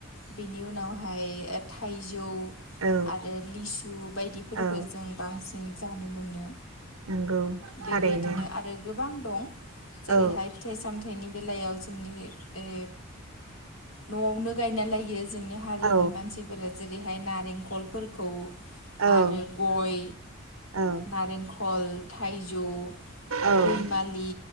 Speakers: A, on the left; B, on the right.
A: बेनि उनावहाय थाइजौ
B: औ
A: आरो लिसु बायदिफोरफोरखौ
B: औ
A: जों बांसि न जानो मोनो।
B: नंगौ
A: बेबायदिनो
B: थारैनो
A: आरो गोबां दं जेरैहाय
B: औ
A: फिथाइ सामथायनि बेलायाव जोंनि ओ न'आवनो गायनालाय जोंनि हारिनि
B: औ
A: मानसिफोरा जे रैहाय नारेंखलफोरखौ
B: औ
A: आरो गय
B: औ
A: नारेंखल थाइजौ
B: औ
A: रैमालि